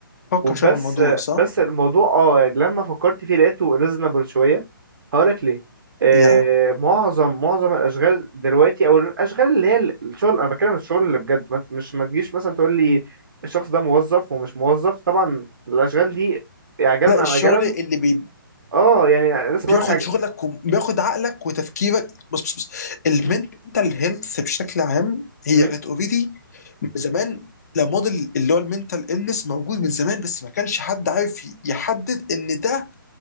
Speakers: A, on the left; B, on the right.
A: فكر
B: وبس
A: شويه في الموضوع صح؟
B: بس الموضوع اه يعني لما فكرت فيه لقيته ريزونبل شويه هقولك ليه آه
A: يا
B: معظم معظم الاشغال دلوقتي او الاشغال اللي هي ال- الشغل انا بتكلم الشغل اللي بجد ما- مش ما تجيش مثلا تقول لي الشخص ده موظف ومش موظف طبعا الاشغال دي عاجلا
A: لا الشغل
B: ام اجلا
A: اللي بي
B: اه يعني لسه بقولك
A: بياخد
B: عج...
A: شغلك وبياخد عقلك وتفكيرك بص بص بص المنتال
B: م-
A: هيلث بشكل عام هي
B: م-
A: كانت اوريدي من زمان لا موديل اللي هو المنتال النس موجود من زمان بس ما كانش حد عارف يحدد ان ده